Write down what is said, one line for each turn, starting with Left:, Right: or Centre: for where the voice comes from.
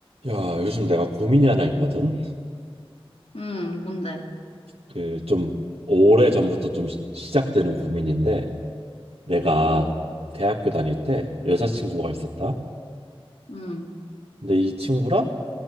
Right: 야, 요즘 내가 고민이 하나 있거든.
Left: 응, 뭔데?
Right: 그 좀 오래 전부터 좀 시- 시작되는 고민인데, 내가
Left: 응,
Right: 대학교 다닐 때 여자친구가 있었다.
Left: 응,
Right: 근데 이 친구랑